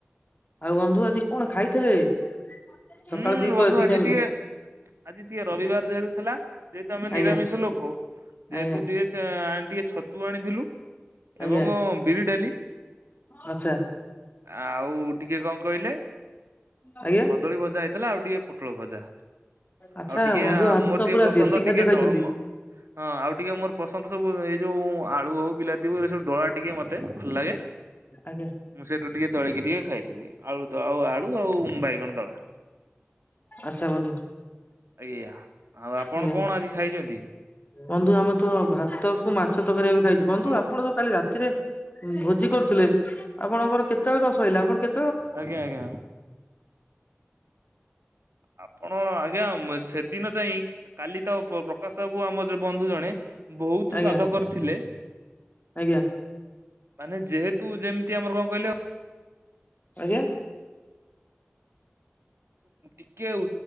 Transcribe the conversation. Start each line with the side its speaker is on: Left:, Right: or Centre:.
Left: ଆଉ ବନ୍ଧୁ ଆଜି କଣ ଖାଇଥିଲେ? <inaudible>
Right: ହୁଁ
Left: ଦିପ
Right: ବନ୍ଧୁ
Left: ଦି
Right: ଆଜି
Left: ଟାଇମ୍
Right: ଟିକେ ଆଜି ଟିକେ ରବିବାର ଯେହେତୁ ଥିଲା ଯେହେତୁ ଆମେ
Left: ଆଜ୍ଞା
Right: ନିରାମିଷ ଲୋକ ଯେହେତୁ
Left: ଆଜ୍ଞା
Right: ଟିକେ ଚ ଆଣ ଟିକେ ଛତୁ ଆଣିଥିଲୁ।
Left: ଆଜ୍ଞା
Right: ଏବଂ ବିରି ଡାଲି
Left: ଆଚ୍ଛା।
Right: ଆଉ ଟିକେ କଣ କହିଲେ?
Left: ଆଜ୍ଞା।
Right: କଦଳୀ ଭଜା ହେଇଥିଲା ଆଉ ଟିକେ ପୋଟଳ ଭଜା
Left: ଆଚ୍ଛା
Right: ଆଉ ଟିକେ
Left: ବନ୍ଧୁ
Right: ଆ
Left: ଆଜି
Right: ମୋର
Left: ତ
Right: ଟିକେ
Left: ପୁରା
Right: ପସନ୍ଦ
Left: ଦେଶୀ ଖାଦ୍ୟ
Right: ଟିକେ
Left: ଖାଇଛନ୍ତି।
Right: ଦମ ହଁ ଆଉ ଟିକେ ମୋର ପସନ୍ଦ ସବୁ ଏଇ ଯୋଉ ଆଳୁ ହଉ ବିଲାତି ହଉ ଏରା ସବୁ ଦଳା ଟିକେ ମତେ ଭଲ ଲାଗେ।
Left: ଆଜ୍ଞା।
Right: ମୁଁ ସେଇଠୁ ଟିକେ ଦଳିକି ଟିକେ ଖାଇଥିଲି ଆଳୁ ଆଉ ଆଳୁ ଆଉ ବାଇଗଣ ଦଳା।
Left: ଅଚ୍ଛା ବନ୍ଧୁ।
Right: ଏଇଆ ଆଉ ଆପଣ
Left: ଆଜ୍ଞା
Right: କଣ ଆଜି ଖାଇଛନ୍ତି?
Left: ବନ୍ଧୁ ଆମେ ତ ଭାତ କୁ ମାଛ ତରକାରି ଏବେ ଖାଇଛୁ ବନ୍ଧୁ
Right: ହ୍ୟାଲୋ
Left: ଆପଣ ତ କାଲି ରାତିରେ ଭୋଜି କରୁଥିଲେ ଆପଣଙ୍କର କେତେବେଳେ କଣ ସଇଲା ଆପଣ କେ
Right: ଆଜ୍ଞା ଆଜ୍ଞା। ଆପଣ ଆଜ୍ଞା ସେଦିନ ଚାହିଁ କାଲି ତ ପ୍ରକାଶ ବାବୁ ଆମ ବନ୍ଧୁ ଜଣେ ବହୁତୁ
Left: ଆଜ୍ଞା
Right: ସ୍ଵାଦ କରିଥିଲେ
Left: ଆଜ୍ଞା।
Right: ମାନେ ଯେହେତୁ ଯେମିତି ଆମର କଣ କହିଲ?
Left: ଆଜ୍ଞା।
Right: ଟିକେଉ